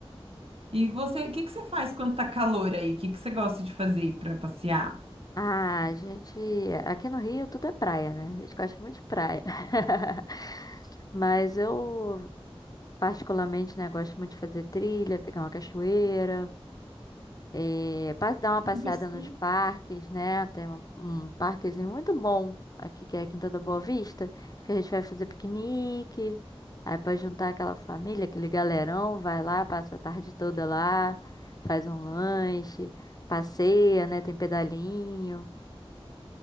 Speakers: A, on the right; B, on the left.
A: E você, o que que você faz quando tá calor aí? O que que você gosta de fazer para passear?
B: Ah, a gente. Aqui no Rio tudo é praia, né? A gente gosta muito de praia. <laughs> Mas eu Particularmente, né, gosto muito de fazer trilha, pegar uma cachoeira, eh, pa- dar uma passeada
A: Que gostoso.
B: nos parques, né? Tem um, um parquezinho muito bom aqui, que é a Quinta da Boa Vista, que a gente vai fazer piquenique, aí pode juntar aquela família, aquele galerão, vai lá, passa a tarde toda lá, faz um lanche, passeia, né? Tem pedalinho.